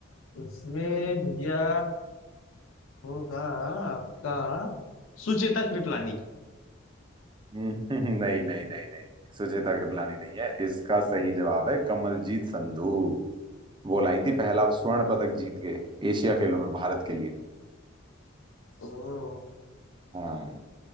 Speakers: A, on the left (about 80°); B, on the right (about 25°).
A: इसमें भैया होगा आपका सुचेता कृपलानी
B: हम्म, <laughs> नहीं नहीं नहीं नहीं सुचेता कृपलानी नहीं है इसका सही जवाब है कमलजीत संधू वो लाइन थी पहला स्वर्ण पदक जीत के एशिया खेलों में भारत के लिए
A: ओ
B: हाँ